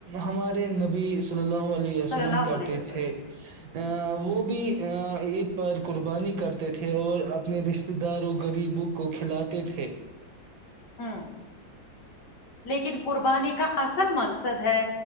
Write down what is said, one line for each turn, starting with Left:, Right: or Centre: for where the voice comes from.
Right: ہمارے نبی صلی اللہ علیہ وسلم
Left: صلی اللہ
Right: کرتے
Left: علیہ وسلم
Right: تھے ا وہ بھی عید پر قربانی کرتے تھے اور اپنے رشتہ داروں غریبوں کو کھلاتے تھے
Left: ہ لیکن قربانی کا اصل مقصد ہے